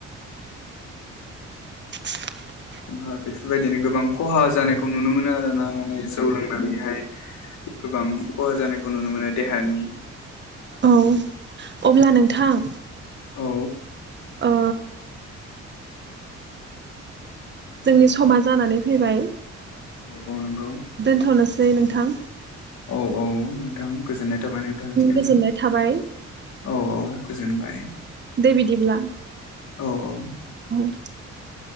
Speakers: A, on the right (about 40°); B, on the left (about 75°).
A: <inaudible>
B: नुवा बेफोरबायदिनो गोबां खहा जानायखौ नुनो मोनो आरोना। नां माने जौ लोंनानैहाय। गोबां खहा जानायखौ नुनो मोनो देहानि।
A: औ अब्ला नोंथां।
B: औ।
A: ओ जोंनि समा जानानै फैबाय।
B: औ औ नंगौ
A: दोन्थ'नोस दे नोंथां।
B: औ औ नोंथां गोजोननाय थाबाय नोंथांनिसिम
A: गोजोननाय थाबाय
B: औ औ गोजोनबाय।
A: दे बिदिब्ला
B: औ औ।
A: <inaudible>